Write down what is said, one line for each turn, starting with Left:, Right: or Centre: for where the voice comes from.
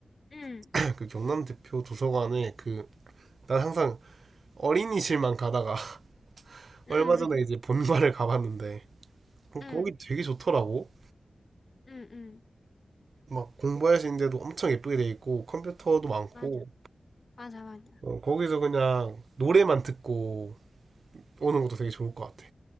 Left: 응,
Right: <laughs> 그 경남 대표 도서관에 그 난 항상 어린이실만 가다가 <laughs>
Left: 응,
Right: 얼마 전에 이제 본관을 가봤는데 어,
Left: 응,
Right: 거기 되게 좋더라고.
Left: 응, 응.
Right: 막 공부할 수 있는 데도 엄청 예쁘게 돼 있고 컴퓨터도 많고
Left: 맞아. 맞아, 맞아.
Right: 어, 거기서 그냥 노래만 듣고 오는 것도 되게 좋을 것 같아.